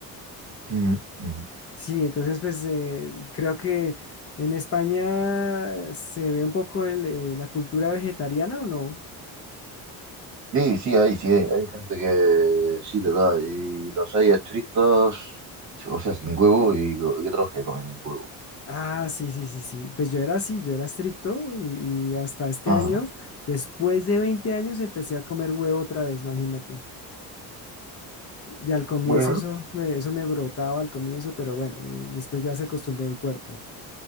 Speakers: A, on the right; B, on the left.
A: Ujú, ujú.
B: Sí, entonces pues eh, creo que en España eh, se ve un poco el, eh, la cultura vegetariana o no.
A: Sí, sí, hay, sí, hay, hay gente que sí le da, y los hay estrictos, o sea, sin huevo, y, y otros que comen huevo.
B: Ah, sí, sí, sí, sí. Pues yo era así, yo era estricto y, y hasta este
A: Ajá,
B: año, después de 20 años, empecé a comer huevo otra vez, imagínate. Y al comienzo
A: bueno.
B: eso me, eso me brotaba al comienzo, pero bueno, eh, después ya se acostumbró el cuerpo.